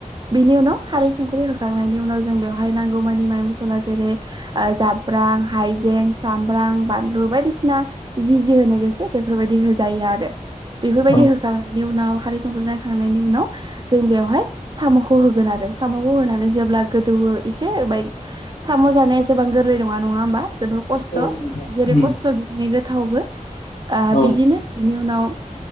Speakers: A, on the right (about 35°); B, on the left (about 60°).
A: बिनि उनाव खारै सुंख्रि होखांनायनि उनाव जों बेवहाय नांगौमानि माइ मसला जेरै-जाब ब्रां हायजें सांग्रां बानलु बायदिसिना जि जि होनो गोसो बेफोर बायदि होजायो आरो आ रो बेफोरबायदि
B: औ
A: होखांनायनि उनाव खारै संख्रै नायखांनायनि उनाव जों बेयावहाय सामखौ होगोन आरो सामखौ होनानै जेब्ला गोदौ बो एसे होबाय साम जानाया एसेबां गोर गोरलै नंङा नंङाहोमबा जोबोर खस्थ
B: नोंथां
A: जेरै खस्थ बिदिनो गोथावबो ओ
B: औ
A: बिदिनो बिनि उनाव